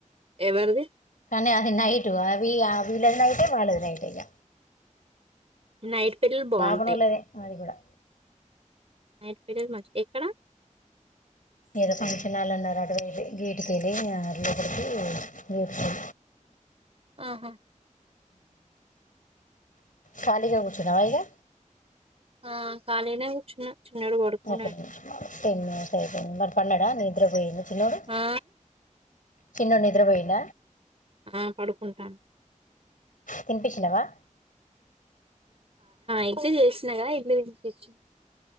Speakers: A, on the right; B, on the left.
A: ఎవరిది
B: కానీ అది నైట్ అవి ఆ వీళ్ళది నైట్ వాళ్ళది నైట్ హే ఇగ
A: నైట్. పిల్లలు బాగుంటాయి
B: బాపనోల్లది మాది కూడా
A: నైట్ పిరస్ మ ఎక్కడ
B: ఏదో ఫంక్షన్ళన్నారు అటు గేటుకి వెళ్ళి లోపలికి గేటుకి వెళ్ళ
A: ఆహా
B: కాలగా కూచ్చునావ ఇకా
A: ఆ కాలీగానేకూచున్నా చిన్నోడు పడుకున్నాయి
B: ఒక నిమిషం ఆగు టెన్ మినిట్స్ స మరి పన్నడా మరి నిద్రపోయి చిన్నోడు
A: ఆ
B: చిన్నోడు నిద్రపోయిండ
A: ఆ పడుకుంటాను
B: తినిపించినవా
A: ఇడ్లీ చేసిన కదా ఇడ్లీ తినిపి